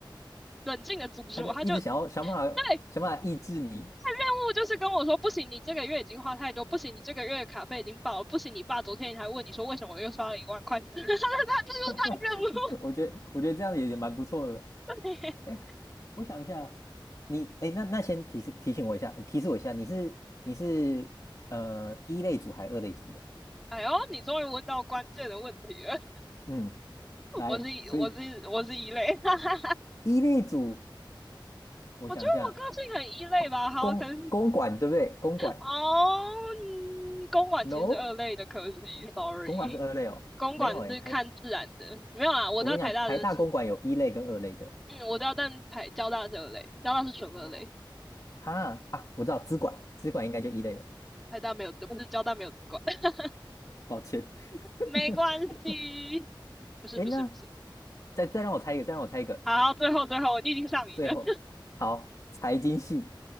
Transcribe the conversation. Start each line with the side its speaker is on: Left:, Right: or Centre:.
Centre: 冷静的阻止我，
Left: <laughs> 他就一直想要想办法想办法抑制你。
Centre: 他就对任务就是跟我说，不行，你这个月已经花太多，不行，你这个月卡费已经爆了，不行，你爸昨天还问你说为什么我又刷了一万块，他 <laughs> 他这就是他任务。
Left: <laughs> 我觉得我觉得这样也也蛮不错的。
Centre: <laughs>
Left: 哎，我想一下，你哎，那那先提醒提醒我一下，提示我一下，你是你是呃一类组还是二类组的？
Centre: 哎呦，你终于问到关键的问题了，
Left: 嗯，来，
Centre: 我是我是我是一类，
Left: 所以
Centre: <laughs>
Left: 一类组，我想一下，
Centre: 我觉得我个性很一类吧，
Left: 哦，
Centre: 好，
Left: 公公馆对不对？
Centre: 可是
Left: 公馆
Centre: 哦，嗯公馆其实是二类的，
Left: ，no，
Centre: 可惜，sorry，
Left: 公馆是二类哦，
Centre: 公馆是看自然的，
Left: 没有哎，台
Centre: 没有啦，我知道台大的是，
Left: 我跟你讲，台大公馆有一类跟二类的。
Centre: 嗯，我知道，但台交大是二类，交大是纯二类，
Left: 哦，哈，啊，我知道资管，资管应该就一类了，
Centre: 台大没有，不是交大没有资管。<laughs>
Left: 抱歉。
Centre: 没关系，
Left: <laughs>
Centre: <laughs> 不是不是不是，
Left: 哎那再再让我猜一个，再让我猜一个，
Centre: 好，最后最后，你已经上瘾了，
Left: 最后好，财经系，